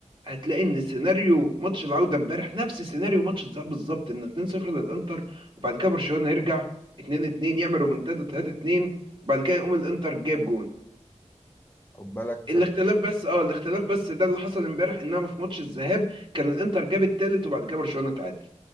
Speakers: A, on the right (about 40°); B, on the left (about 15°).
A: هتلاقي ان سيناريو ماتش العوده امبارح نفس سيناريو ماتش الذهاب بالظبط ان 2-0 للانتر وبعد كده برشلونه يرجع 2-2 يعمل رومنتادا 3-2 وبعد كده يقوم الانتر جاب جون
B: خد بالك تسلم.
A: الاختلاف بس اه الاختلاف بس ده اللي حصل امبارح انما في ماتش الذهاب كان الانتر جاب التالت وبعد كده برشلونه تعادل